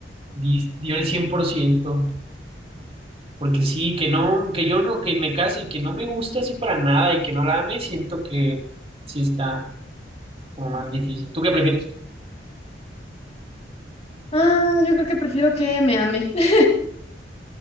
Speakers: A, on the right; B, on the left.
A: di- dio el 100% porque sí, que no, que yo no, que me case y que no me gusta así para nada y que no la ame, siento que sí está como más difícil. ¿Tú qué prefieres?
B: Ah, yo creo que prefiero que me ame, <laughs>